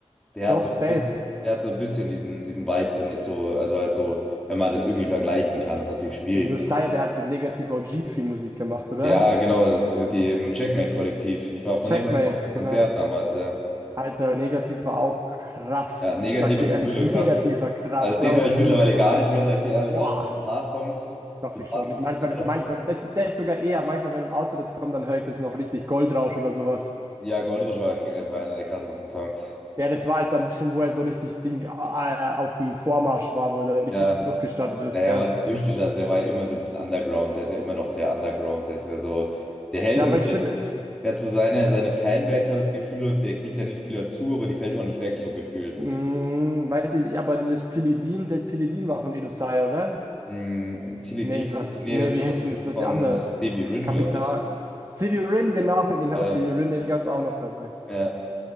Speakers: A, in the centre; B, on the right (about 30°).
A: der
B: Doch,
A: hat so
B: safe.
A: ein bisschen, der hat so ein bisschen diesen, diesen Vibe, finde ich, so, also halt so, wenn man das irgendwie vergleichen kann, das ist natürlich schwierig.
B: Ey, Josiah, der hat mit Negativ OG viel Musik gemacht, oder?
A: Ja, genau, das ist die mit dem Checkmate-Kollektiv. Ich war
B: Checkmate,
A: von dem war ich auf dem Konzert
B: genau.
A: damals, ja.
B: Alter, Negativ war auch krass.
A: Ja, negative
B: Ich sag dir ehrlich,
A: früher,
B: <laughs> Negativ
A: krass.
B: war krass.
A: Also den
B: Blaues
A: höre ich
B: Blut.
A: mittlerweile gar nicht mehr, sag ich dir
B: Boah.
A: ehrlich, außer so ein paar Songs.
B: Doch,
A: So
B: ich
A: ein paar
B: schon. Ich
A: Songs
B: manchmal,
A: sind schon noch
B: manchmal,
A: gut.
B: das ist das sogar eher. Manchmal, wenn im Auto das kommt, dann höre ich das noch richtig Goldrausch oder sowas.
A: Ja, Goldrush war, ein, äh, war einer der krassesten Songs.
B: Ja, das war halt dann schon, wo er so richtig Ding äh, äh, auf dem Vormarsch war, wo er da richtig
A: Ja,
B: so durchgestartet ist,
A: naja,
B: gell?
A: was ist durchgestartet? Der war ja immer so ein bisschen underground, der ist ja immer noch sehr underground, der ist ja so, der hält
B: Ja,
A: irgendwie,
B: aber ich finde,
A: der hat so seine, seine Fanbase, habe ich das Gefühl, und der kriegt ja nicht viel dazu, aber die fällt auch nicht weg, so gefühlt. Das,
B: mh, weiß ich nicht, aber dieses Tilidin, der Tilidin war von Edosai, oder?
A: mh, Tilly
B: Nee,
A: D,
B: was,
A: nee,
B: nee,
A: das
B: wie
A: ist
B: heißt
A: von,
B: denn das? Das
A: von
B: ist ja anders.
A: Stevie Rin,
B: Kapital.
A: glaube ich.
B: Severin, genau, <laughs> genau,
A: Ja,
B: Severin, den gab's auch noch dabei.
A: ja.